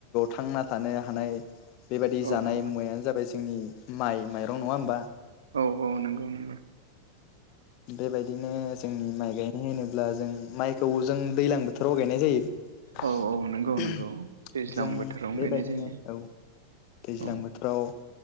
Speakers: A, on the left; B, on the right.
A: थांना थानो हानाय बेबायादि
B: औ
A: जानाय
B: औ
A: मुवायानो जाबाय जोंनि माइ माइरं नङा होनबा।
B: औ औ नंगौ नंगौ।
A: बेबायदिनो जोंनि माइ गायनाय होनोब्ला जों माइखौ जों दैज्लां बोथोराव गायनाय
B: औ औ नंगौ नंगौ दैज्लां
A: जों
B: बोथोरावनो
A: बेबायदिनो
B: गायनाय जायो
A: औ। दैज्लां
B: औ
A: बोथोराव।